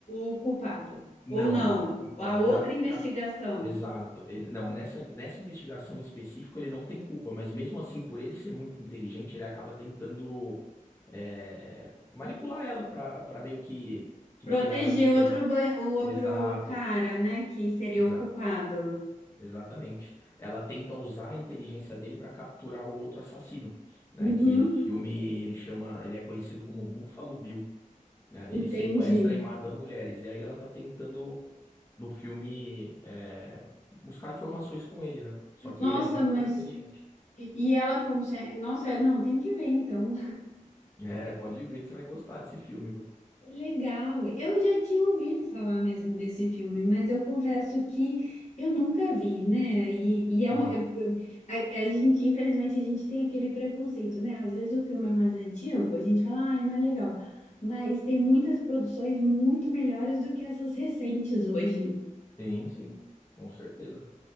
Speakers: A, on the left; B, on the left.
A: o culpado,
B: Não,
A: ou não,
B: não. Então,
A: a outra
B: na,
A: investigação.
B: na Exato. Ele, não, nessa, nessa investigação específica ele não tem culpa, mas mesmo assim, por ele ser muito inteligente, ele acaba tentando é, manipular ela pra, pra meio que, que
A: Proteger
B: tirar ela de cena.
A: outro, ba- o outro
B: Exato,
A: cara, né, que seria
B: exato,
A: o culpado.
B: exatamente. Ela tenta usar a inteligência dele pra capturar o outro assassino, né?
A: Uhum,
B: Que no filme ele chama, ele é conhecido como Buffalo Bill, né?
A: entendi.
B: Ele sequestra e mata mulheres. E aí ela tá tentando no filme é, buscar informações com ele, né? Só que
A: Nossa,
B: ele é muito
A: mas.
B: mais inteligente.
A: E ela consegue. Nossa, não, tem que ver então.
B: É, pode ver que você vai gostar desse filme, viu?
A: Que Legal. Eu já tinha ouvido falar mesmo desse filme, mas eu confesso que eu nunca vi, né? E, e é,
B: Uhum.
A: um- é- é- a, a gente, infelizmente, a gente tem aquele preconceito, né? Às vezes o filme é mais antigo, a gente fala, ai, não é legal. Mas tem muitas produções muito melhores do que essas recentes hoje.
B: Sim, sim, com certeza.